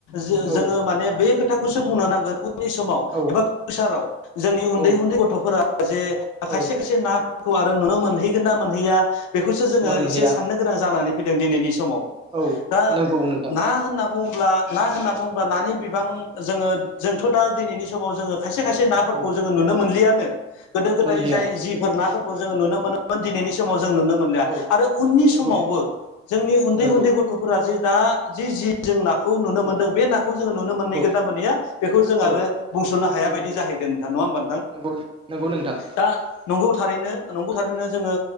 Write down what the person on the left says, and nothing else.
जो-जोङो
माने बे खोथाखौसो बुंनो नांगोन उननि समाव
एबा फिउसाराव जोंनि उन्दै
उन्दै गथ'फोरा जे खायसे
खायसे ना खौ आरो नुनो मोनहैगोन ना मोनहैया बेखौसो जोङो
एसे साननो गोनां जानानै फैदों दिनैनि समाव।
दा
ना होनना बुङोब्ला ना होनना बुङोब्ला नानि बिबां जोङो जोंथ' दा दिनैनि समाव जोङो खायसे खायसे नाफोरखौ
जोङो नुनो मोनलियानो गोदो गोदाय
जाय जिफोर नाफोरखौ जोङो नुनो मोनोमोन दिनैनि समाव जों नुनो मोनलिया
आरो उननि समावबो
जोंनि उन्दै
उन्दै गथ'फोरा जे दा जि जि जों ना खौ नुनो मोनदों
बे नाखौ जोङो नुनो मोनहैगोन
ना मोनहैया बेखौ जों
आरो बुंस'नो हाया
बायदि जाहैदों नोंथां नङा होमबा नोंथां?
दा नंगौ थारैनो नंगौ थारैनो जोङो